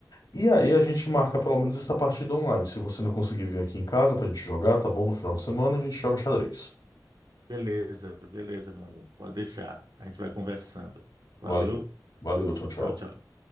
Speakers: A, on the left; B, on the right.
A: E aí a gente marca pelo menos essa partida online. Se você não conseguir vir aqui em casa pra gente jogar, tá bom? No final de semana a gente joga xadrez.
B: Beleza, beleza, meu amigo. Pode deixar. A gente vai conversando. Valeu.
A: Valeu. Valeu, tchau, tchau.
B: Tchau, tchau.